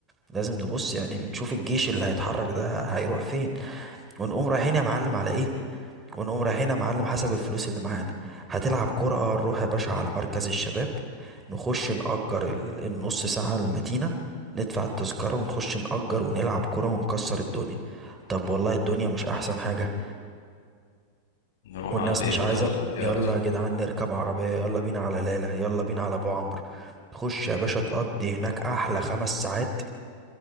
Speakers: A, on the right; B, on the left.
A: لازم نبص يعني بنشوف الجيش اللي هيتحرك ده هيروح فين ونقوم رايحين يا معلم على ايه ونقوم رايحين يا معلم حسب الفلوس اللي معانا هتلعب كرة آه، نروح يا باشا على مركز الشباب نخش نأجر ال- النص ساعة المتينة ندفع التذكرة ونخش نأجر ونلعب كرة ونكسر الدنيا طب والله الدنيا مش أحسن حاجة
B: نروح
A: والناس
B: على البرجا
A: مش عايزة
B: ولا بلياردو
A: يلا يا جدعان نركب عربية يلا بينا على ليلى يلا بينا على أبو عمرو خش يا باشا تقضي هناك أحلى خمس ساعات